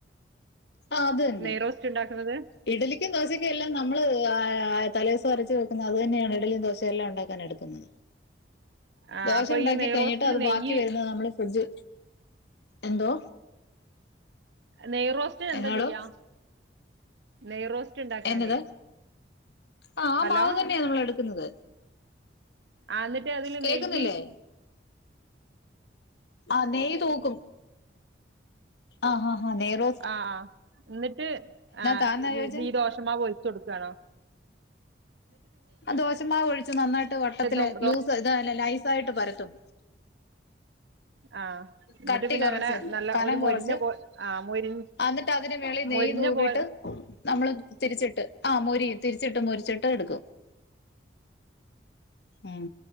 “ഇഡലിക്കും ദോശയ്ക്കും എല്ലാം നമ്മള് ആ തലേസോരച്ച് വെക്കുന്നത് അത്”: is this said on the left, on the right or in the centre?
Left